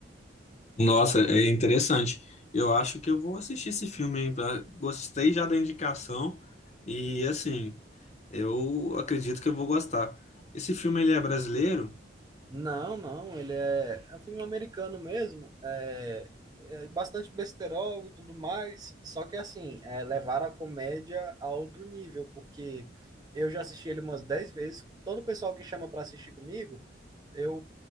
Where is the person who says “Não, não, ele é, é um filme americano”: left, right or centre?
Right